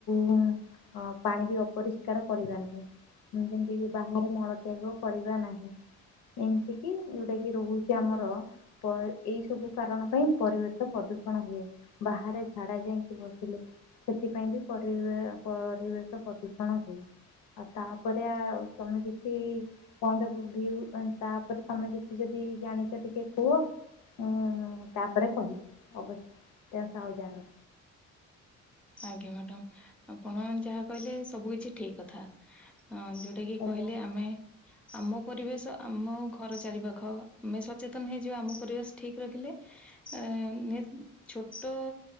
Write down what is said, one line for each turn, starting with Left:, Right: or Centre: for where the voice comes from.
Left: ହଁ ପାଣି ବି ଅପରିଷ୍କାର କରିବା ନାହିଁ ଯେମତି କି ବାହାରେ ମଳ ତ୍ୟାଗ କରିବା ନାହିଁ ଏମତି କିି ଯଉଟା କି ରହୁଛି ଆମର ଏଇ ସବୁ କାରଣ ପାଇଁ ପରିବେଶ ପ୍ରଦୂଷଣ ହୁଏ ବାହାରେ ଝାଡା ଯାଇକି ବସିଲେ ସେଥିପାଇଁ ବି ପରିବ ପରିବେଶ ପ୍ରଦୂଷଣ ହୁଏ। ଆଉ ତାପରେ ଆଉ ତମେ କିଛି। ପଏଣ୍ଟ ଅଫ ଭିଉ ତାପରେ ତମେ କିଛି ଯଦି ଜାଣିଛ ଟିକେ। କୁହ ହଁ ତାପରେ କହିବି ଅବଶ୍ୟ ସାଉଦି ଆରବ
Centre: ଆଜ୍ଞା ମ୍ୟାଡାମ ଆପଣ ଯାହା କହିଲେ ସବୁ କିଛି ଠିକ କଥା। ଯୋଉଟା କିି କହିଲେ
Left: ଆଜ୍ଞା
Centre: ଆମେ ଆମ ପରିବେଶ ଆମ ଘର ଚାରି ପାଖ ଆମେ ସଚେତନ ହେଇଯିବା ଆମ ପରିବେଶ ଠିକ ରଖିଲେ ଆ ଛୋଟ